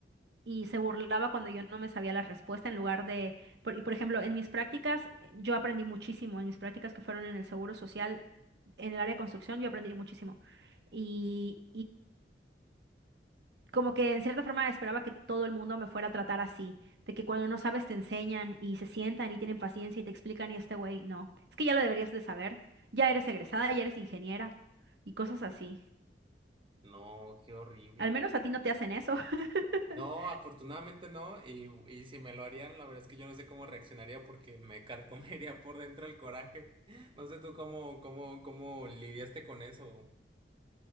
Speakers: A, on the right; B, on the right.
A: y se burlaba cuando yo no me sabía la respuesta en lugar de, por, y por ejemplo, en mis prácticas eh, yo aprendí muchísimo, en mis prácticas que fueron en el Seguro Social, en el área de construcción, yo aprendí muchísimo. Y, como que en cierta forma esperaba que todo el mundo me fuera a tratar así, de que cuando no sabes te enseñan y se sientan y tienen paciencia y te explican y este güey, no, es que ya lo deberías de saber, ya eres egresada, ya eres ingeniera y cosas así.
B: No, qué horrible,
A: Al menos a ti no te hacen eso. <laughs>
B: No, afortunadamente no. Y, y si me lo harían, la verdad es que yo no sé cómo reaccionaría porque me <laughs> carcomería por dentro el coraje. <laughs> No sé tú cómo, cómo, cómo lidiaste con eso.